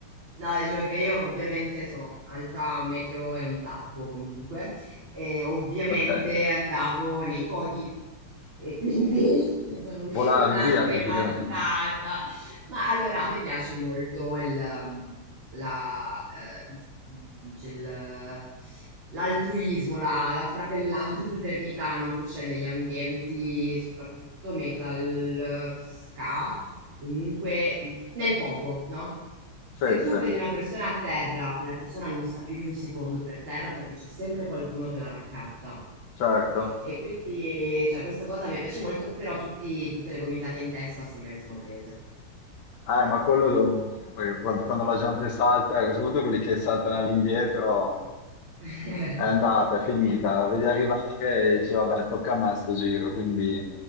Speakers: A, on the right; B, on the left.
A: No, dicevo che io ovviamente sono alta un metro e un tappo comunque, e ovviamente
B: Ok.
A: andavo nei pochi e quindi <laughs> ne sono uscita
B: Volavi via
A: devastata.
B: praticamente.
A: Ma allora a me piace molto il, um, la, eh, come si dice, il, l'altruismo, la, la fratellanza e fraternità, no, che c'è negli ambienti, soprattutto metal, ska, comunque nel pogo, no? Se
B: Sì, sì,
A: tu vedi una persona a terra, quella persona non sta più di un secondo per terra perché c'è sempre qualcuno che la raccatta.
B: certo.
A: E quindi, cioè, questa cosa mi piace molto, però tutti- tutte le gomitate in testa sì me le sono prese.
B: Eh, ma quello do- perché quando, quando la gente salta, soprattutto quelli che saltano all'indietro,
A: <laughs>
B: È andata, è finita, la vedi arrivare e dici vabbè, tocca a me sto giro, quindi